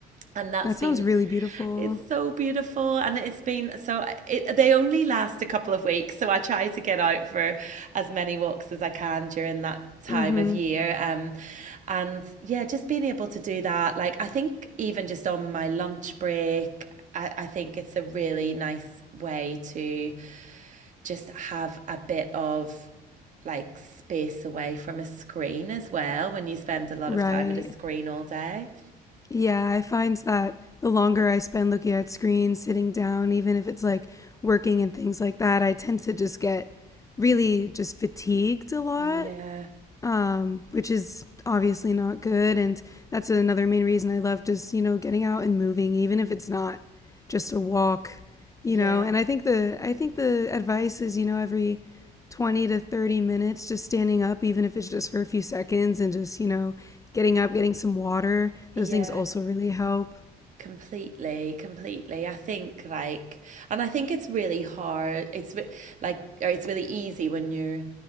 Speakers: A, on the right (about 45°); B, on the left (about 20°).
A: and that's
B: That
A: been
B: sounds really beautiful.
A: it's so beautiful, and it's been so. It, they only last a couple of weeks, so I try to get out for as many walks as I can during that time
B: Mm-hmm.
A: of year. Um, and yeah, just being able to do that, like I think even just on my lunch break, I, I think it's a really nice way to just have a bit of like space away from a screen as well when you spend a lot
B: Right.
A: of time at a screen all day.
B: Yeah, I find that the longer I spend looking at screens, sitting down, even if it's like working and things like that, I tend to just get really just fatigued a lot
A: Yeah,
B: um, which is obviously not good. And that's another main reason I love just, you know, getting out and moving, even if it's not just a walk, you
A: yeah,
B: know. And I think the I think the advice is, you know, every 20 to 30 minutes just standing up even if it's just for a few seconds and just, you know, getting up, getting some water.
A: yeah.
B: Those things also really help.
A: Completely, completely. I think like, and I think it's really hard. It's like, or it's really easy when you're